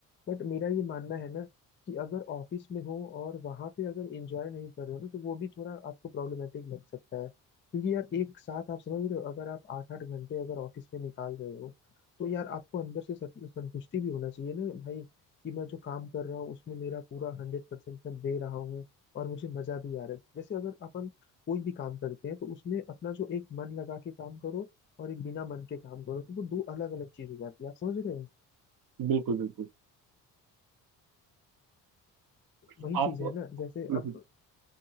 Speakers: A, on the left (about 25°); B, on the right (about 45°).
A: बट मेरा ये मानना है ना कि अगर ऑफिस में हो और वहां पे अगर एंजॉय नहीं कर रहे हो ना तो वो भी थोड़ा आपको प्रॉब्लमेटिक लग सकता है क्योंकि यार एक साथ आप समझ रहे हो अगर आप आठ आठ घंटे अगर ऑफिस में निकाल रहे हो तो यार आपको अंदर से सं- संतुष्टि भी होना चाहिए ना भाई कि मैं जो काम कर रहा हूँ उसमें मेरा पूरा हंड्रेड परसेंट मैं दे रहा हूँ और मुझे मजा भी आ रहा है जैसे अगर अपन कोई भी काम करते हैं तो उसमें अपना जो एक मन लगा के काम करो और एक बिना मन के काम करो तो वो दो अलग अलग चीज हो जाती है आप समझ रहे हो
B: बिल्कुल बिल्कुल तो
A: वही
B: आप
A: चीज है
B: हम्म,
A: ना जैसे
B: हम्म,
A: अब